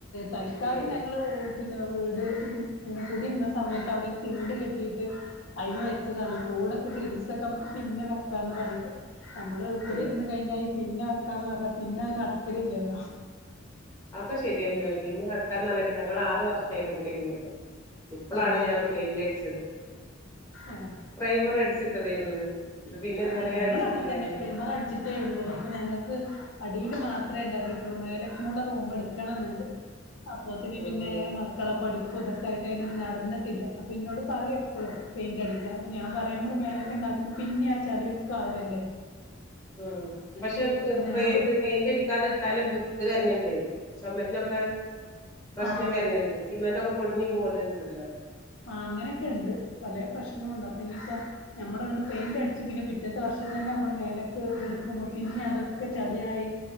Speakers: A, on the left (about 70°); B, on the left (about 15°).
A: തൽക്കാലം
B: ഏ
A: ഞങ്ങള് പിന്നെ വീട് ഇങ്ങനെ കൂടി ഇരുന്ന സമയത്ത് അവിടെ ഒരു തിണ്ട കെട്ടിയിട്ട് അയ്മേ വെച്ചതാണ് കൂടൊക്കെ ഗ്രിൽസ് ഒക്കെ നമ്മുക്ക് പിന്നെ വെക്കാന്ന് പറഞ്ഞിട്ട് നമ്മള് കുടി
B: ഏ
A: ഇരുന്ന് കഴിഞ്ഞാ ഈ പിന്നെ വെക്കാന്ന് പറഞ്ഞാ പിന്നെ അത് നടക്കലില്ലല്ലോ
B: അതെക്കെ ശരി തന്നെയാണ് പിന്നെ വെക്കാന്ന് പറഞ്ഞിട്ട് ഞങ്ങൾ ആറ് വർഷം ആയി കുടി ഇരുന്നിട്ട് ഇപ്പോളാണ്
A: ആഹ്
B: ഞങ്ങള് പെയിന്റ് അടിച്ചത്
A: ആഹ്
B: പ്രെമർ അടിച്ചിട്ടതായിരുന്നു ഇത് പിന്നെ ഇതുവരെ
A: ആഹ് ഞങ്ങളും
B: അടിച്ചിട്ടുണ്ടായിരുന്നില്ല
A: അങ്ങനെ തന്നെ പ്രെയ്മർ അടിച്ചിട്ട് ഉള്ളൂ അപ്പൊ ഞങ്ങക്ക് അടീല് മാത്രെ ഉണ്ടാക്കിട്ടുള്ളൂ മേലക്കും കൂടെ റൂമ് എടുക്കണം ന്നുണ്ട് അപ്പൊത്തിന്
B: ഉം
A: പിന്നെ മക്കളെ പഠിപ്പും ഇതൊക്കെ ക്കായിട്ട് അതിനോട് നടന്നിട്ടില്ല അപ്പോ ന്നോട് പറിം എപ്പളും പെയിന്റ് അടിക്ക അപ്പ ഞാൻ പറിം ഞമ്മള് മേലക്ക്‌ ണ്ടാക്കുമ്പോ പിന്നെ അടി ചളിയൊക്കെ ആവ ല്ലേ
B: അഹ് പക്ഷെ ത്
A: ഞമ്മള്
B: ത് പെയിന്റ് അടിക്കാതെ ലെ കുത്ത് വെര്ണ്ട് ചൊമര്നോക്കെ പ്രശ്നം
A: ആ
B: വെര്ന്ണ്ട് സിമെന്റൊക്കെ പൊടിഞ് പോര്ണ്ടല്ലോ
A: ആ അങ്ങനെക്കെ ണ്ട് പലേ പ്രശ്നുണ്ട് അപ്പൊ ഇനിയിപ്പ നമ്മളണ്ട് പെയിന്റ് അടച്ച് പിന്നെ പിറ്റത്തെ വർഷം തന്നെ നമ്മള് മേലക്ക്‌ എടുക്കുമ്പോ പിന്നെ അതൊക്കെ ചളിയായി